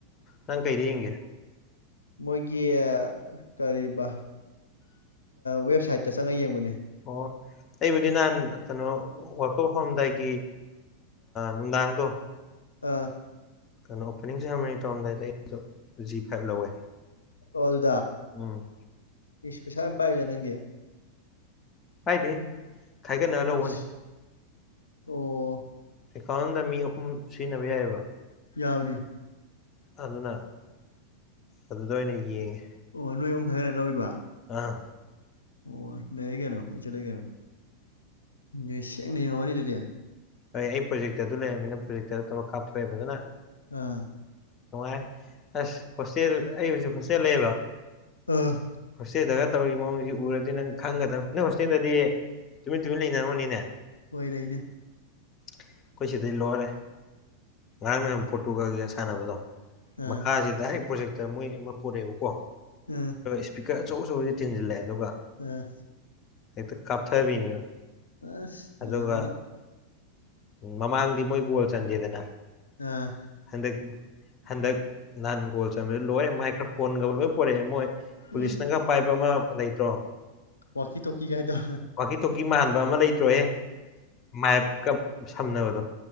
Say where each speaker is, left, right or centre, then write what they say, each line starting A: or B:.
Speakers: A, on the left (about 25°); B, on the left (about 75°).
A: ꯅꯪ ꯀꯩꯔꯤ ꯏꯒꯦ
B: ꯃꯣꯏꯒꯤ ꯀꯔꯤꯕ ꯋꯦꯕꯁꯥꯏꯠꯇ ꯆꯪꯉꯒ ꯌꯦꯡꯕꯅꯦ
A: ꯑꯣ ꯑꯩꯕꯨꯗꯤ ꯅꯍꯥꯟ ꯀꯩꯅꯣ ꯋꯥꯔꯀꯞ ꯍꯧꯔꯝꯗꯥꯏꯒꯤ ꯅꯨꯡꯗꯥꯡꯗꯣ
B: ꯑꯝ
A: ꯀꯩꯅꯣ ꯑꯣꯄꯅꯤꯡ ꯁꯦꯔꯥꯃꯣꯅꯤ ꯇꯧꯔꯝꯗꯥꯏꯗ ꯑꯩꯗꯣ ꯖꯤ ꯐꯥꯏꯚ ꯂꯧꯋꯦ
B: ꯍ ꯑꯗꯨ
A: ꯎꯝ
B: ꯏꯁꯤꯁ ꯄꯩꯁꯥ ꯄꯥꯏꯖꯅꯤꯡꯗꯤꯦ
A: ꯍꯥꯏꯥꯏꯗꯤ ꯈꯥꯏꯒꯠꯅ ꯂꯧꯕꯅꯦ
B: ꯏꯁ ꯑꯣ
A: ꯑꯦꯀꯥꯎꯟꯗ ꯃꯤ ꯑꯍꯨꯝ ꯁꯤꯖꯤꯟꯅꯕ ꯌꯥꯏꯑꯕ
B: ꯌꯥꯎꯅꯤ
A: ꯑꯗꯨꯅ ꯑꯗꯨꯗ ꯑꯣꯏꯅ ꯌꯦꯡꯉꯦ
B: ꯑꯣꯅ ꯍꯣꯏ ꯍꯦꯟꯅ ꯂꯧꯕ
A: ꯑꯥ
B: ꯑꯣ ꯂꯩꯔ ꯀꯩꯅꯣ ꯑꯩꯣꯏ ꯆꯠꯂ ꯀꯩꯅꯣ ꯁꯦꯡꯅ ꯌꯦꯉꯃꯅꯤ ꯑꯗꯨꯗꯤ
A: ꯍꯣꯏ ꯑꯩ ꯄ꯭ꯔꯣꯖꯦꯛꯇꯔ ꯑꯗꯨ ꯂꯩꯔꯝꯃꯤꯅ ꯄ꯭ꯔꯣꯖꯦꯛꯇ ꯑꯗꯨ ꯇꯧꯔꯒ ꯀꯥꯞꯊꯣꯛꯑꯦ ꯐꯖꯅ
B: ꯑꯥ
A: ꯇꯨꯡꯉꯥꯏ ꯑ ꯍꯣꯁꯇꯦꯜ ꯑꯩ ꯍꯧꯖꯤꯛ ꯍꯣꯁꯇꯦꯜ ꯂꯩꯕ
B: ꯑꯝ
A: ꯍꯣꯁꯇꯦꯜꯗꯒ ꯇꯧꯔꯤꯕ ꯃꯑꯣꯡꯁꯤ ꯎꯔꯗꯤ ꯅꯪ ꯈꯪꯒꯗꯕ ꯅꯣꯏ ꯍꯣꯁꯇꯦꯜꯗꯗꯤ ꯇꯨꯃꯤꯟ ꯇꯨꯃꯤꯟ ꯂꯩꯅꯔꯝꯒꯅꯤꯅꯦ
B: ꯑꯣꯏꯣꯏꯔꯏꯅꯦ
A: ꯑꯩꯈꯣꯏ ꯁꯤꯗꯩ ꯂꯣꯏꯔꯦ ꯉꯔꯥꯡ ꯅ ꯄꯣꯠꯇꯨꯒꯒꯒ ꯁꯥꯟꯅꯕꯗꯣ
B: ꯑꯥ
A: ꯃꯈꯥꯁꯤ ꯗꯥꯏꯔꯦꯛ ꯄ꯭ꯔꯣꯖꯦꯛꯇ ꯃꯣꯏ ꯑꯃ ꯅꯦꯕꯀꯣ
B: ꯑꯥ
A: ꯁꯄꯤ ꯀ ꯑꯆꯧ ꯑꯆꯧꯕꯗꯤ ꯊꯤꯟꯖꯤꯜꯂꯛꯦ ꯑꯗꯨꯒ
B: ꯑꯥ
A: ꯍꯦꯛꯇ ꯀꯥꯞꯊꯕꯤꯅꯦꯕ
B: ꯑꯁ ꯂꯩꯔꯝꯃꯅꯤ
A: ꯑꯗꯨꯒ ꯎ ꯃꯃꯥꯡꯗꯤ ꯃꯣꯏ ꯒꯣꯜ ꯆꯟꯗꯦꯗꯅ
B: ꯑꯥ
A: ꯍꯟꯗꯛ ꯍꯟꯗꯛ ꯅꯍꯥꯟ ꯒꯣꯜ ꯆꯟꯕꯗ ꯂꯣꯏꯔꯦ ꯃꯥꯏꯀ꯭ꯔꯣꯐꯣꯟꯒꯕ ꯂꯣꯏ ꯄ ꯄꯨꯣꯔꯛꯑꯦ ꯃꯣꯏ ꯄꯨꯂꯤꯁꯅꯅꯥꯀ
B: ꯎꯝ
A: ꯄꯥꯏꯕ ꯑꯃ ꯂꯩꯇ꯭ꯔꯣ
B: ꯋꯥꯀꯤ ꯇꯀꯤ ꯀꯥꯏꯗ
A: ꯋꯥꯀꯤ ꯇꯣꯀꯤ ꯃꯥꯟꯕ ꯑꯃ ꯂꯩꯇ꯭ꯔꯣꯍꯦ ꯃꯥꯏ ꯀꯞ ꯁꯝꯅꯕꯗꯣ